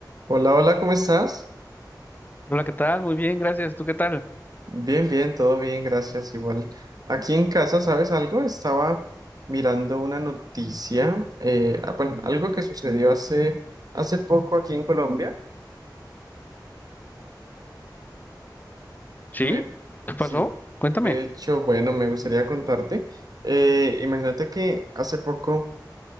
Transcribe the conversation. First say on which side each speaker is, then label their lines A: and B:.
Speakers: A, on the right (about 55°); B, on the left (about 25°).
A: Hola, hola, ¿cómo estás?
B: Hola, ¿qué tal? Muy bien, gracias. ¿Tú qué tal?
A: Bien, bien, todo bien, gracias. Igual, aquí en casa, ¿sabes algo? Estaba mirando una noticia, eh, ah, bueno, algo que sucedió hace, hace poco aquí en Colombia.
B: ¿Sí?
A: Me,
B: ¿Qué pasó?
A: sí,
B: Cuéntame.
A: de hecho, bueno, me gustaría contarte. Eh, imagínate que hace poco,